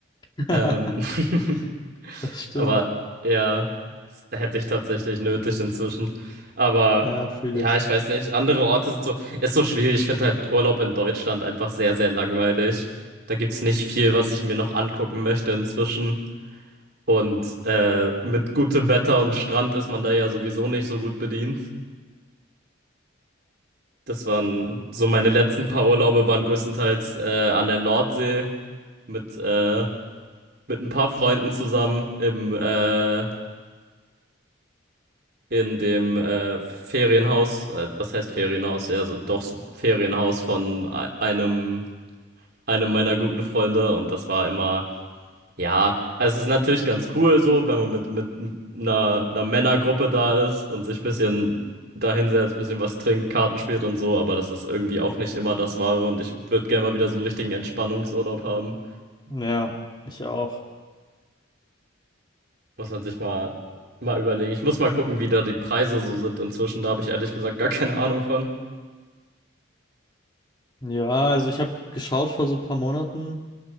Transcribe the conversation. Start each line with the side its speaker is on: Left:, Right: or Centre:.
Left: <laughs>
Right: Ähm. <laughs>
Left: Das stimmt.
Right: Aber ja, das hätte ich tatsächlich nötig inzwischen. Aber
Left: Ja, fühle
Right: ja,
Left: ich.
Right: ich weiß nicht. Andere Orte sind so, ist so schwierig. Ich finde halt Urlaub in Deutschland einfach sehr, sehr langweilig. Da gibt's nicht viel, was ich mir noch angucken möchte inzwischen. Und äh, mit gutem Wetter und Strand ist man da ja sowieso nicht so gut bedient. Das waren so meine letzten paar Urlaube waren größtenteils äh, an der Nordsee mit, äh, mit ein paar Freunden zusammen im äh, in dem äh, Ferienhaus, äh, was heißt Ferienhaus? Ja, so, doch so Ferienhaus von ei- einem, einem meiner guten Freunde und das war immer, ja, also es ist natürlich ganz cool so, wenn man mit, mit einer, einer Männergruppe da ist und sich ein bisschen dahinsetzt, ein bisschen was trinkt, Karten spielt und so, aber das ist irgendwie auch nicht immer das Wahre und ich würde gerne mal wieder so einen richtigen Entspannungsurlaub haben.
Left: Ja, ich auch.
Right: Muss man sich mal, mal überlegen. Ich muss mal gucken, wie da die Preise so sind inzwischen, da habe ich ehrlich gesagt gar keine Ahnung von.
Left: Ja, also ich habe geschaut vor so ein paar Monaten.